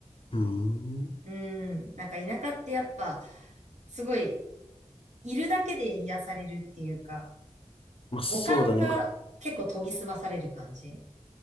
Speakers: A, on the left; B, on the right.
A: うん。
B: うん。なんか田舎ってやっぱ、すごい、いるだけで癒されるっていうか、
A: まあそうだね。
B: 五感が結構研ぎ澄まされる感じ。
A: まあ